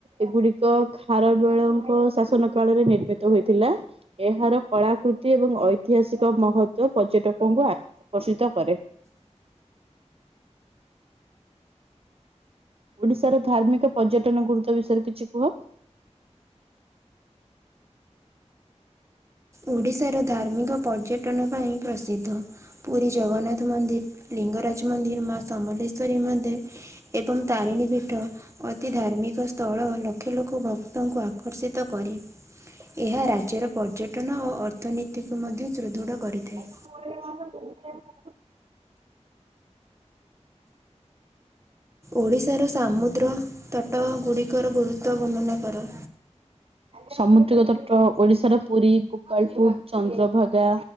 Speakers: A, on the right (about 55°); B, on the right (about 25°).
A: ଏଗୁଡିକ ଖାରବେଳଙ୍କ ଶାସନ କାଳରେ ନିର୍ମିତ ହୋଇଥିଲା। ଏହାର କଳାକୃତି ଏବଂ ଐତିହାସିକ ମହତ୍ୱ ପର୍ଯ୍ୟଟକଙ୍କୁ ଆକର୍ଷିତ କରେ। ଓଡିଶାର ଧାର୍ମିକ ପର୍ଯ୍ୟଟନ ଗୁରୁତ୍ୱ ବିଷୟରେ କିଛି କୁହ।
B: ଓଡ଼ିଶାର ଧାର୍ମିକ ପର୍ଯ୍ୟଟନ ପାଇଁ ପ୍ରସିଦ୍ଧ ପୁରୀ ଜଗନ୍ନାଥ ମନ୍ଦିର। ଲିଙ୍ଗରାଜ ମନ୍ଦିର ମା ସମଲେଶ୍ଵରୀ ମନ୍ଦିର ଏବଂ ତାରିଣୀ ପୀଠ। ଅତି ଧାର୍ମିକ ସ୍ଥଳ ଲକ୍ଷେ ଲୋକ ଭକ୍ତଙ୍କୁ ଆକର୍ଷିତ କ କରି। ଏହା ରାଜ୍ୟର ପର୍ଯ୍ୟଟନ ଓ ଅର୍ଥନୀତିକୁ ମଧ୍ୟ ସୁଦୃଢ କରିଥାଏ।
A: ବ ମ ବ <unintelligible> <inaudible>
B: ଓଡ଼ିଶାର ସାମୁଦ୍ର ତଟ ଗୁଡ଼ିକର ଗୁରୁତ୍ୱ ବର୍ଣ୍ଣନା କର।
A: ସମୁଦ୍ରିକ ତଟ ଓଡିଶାର ପୁରୀ ଗୋପାଳପୁର ଚନ୍ଦ୍ରଭାଗା।